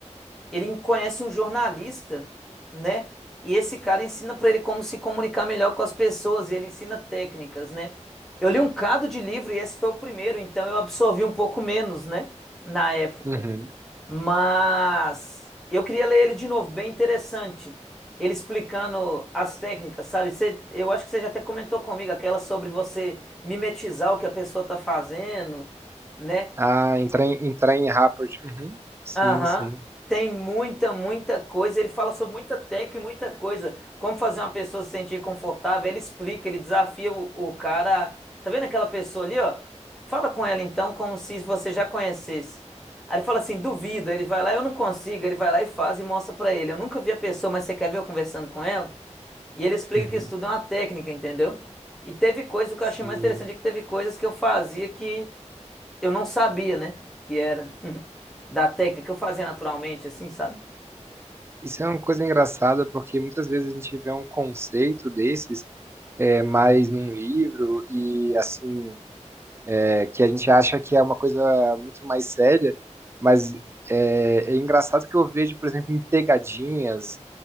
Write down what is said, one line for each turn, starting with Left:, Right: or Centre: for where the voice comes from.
Centre: ele conhece um jornalista, né? E esse cara ensina pra ele como se comunicar melhor com as pessoas e ele ensina técnicas, né? Eu li um cado de livro e esse foi o primeiro, então eu absorvi um pouco menos, né? Na época.
Right: Uhum.
Centre: Mas eu queria ler ele de novo, bem interessante. Ele explicando as técnicas, sabe? Você- eu acho que você já até comentou comigo aquela sobre você mimetizar o que a pessoa tá fazendo, né?
Right: Ah, entrar em, entrar em rapport. Uhum. Sim,
Centre: Aham.
Right: sim.
Centre: Tem muita, muita coisa. Ele fala sobre muita técnica e muita coisa. Como fazer uma pessoa se sentir confortável. Ele explica, ele desafia o, o cara. Tá vendo aquela pessoa ali, ó? Fala com ela então, como se você já conhecesse. Aí ele fala assim: duvido. Aí ele vai lá, eu não consigo. Aí Ele vai lá e faz e mostra pra ele. Eu nunca vi a pessoa, mas você quer ver eu conversando com ela? E ele explica
Right: Uhum.
Centre: que isso tudo é uma técnica, entendeu? E teve coisas o que
Right: Sim.
Centre: eu achei mais interessante é que teve coisas que eu fazia que eu não sabia, né? Que era <laughs> da técnica que eu fazia naturalmente, assim, sabe?
Right: Isso é uma coisa engraçada, porque muitas vezes a gente vê um conceito desses é, mais num livro e assim é, que a gente acha que é uma coisa muito mais séria, mas é, é engraçado que eu vejo, por exemplo, em pegadinhas,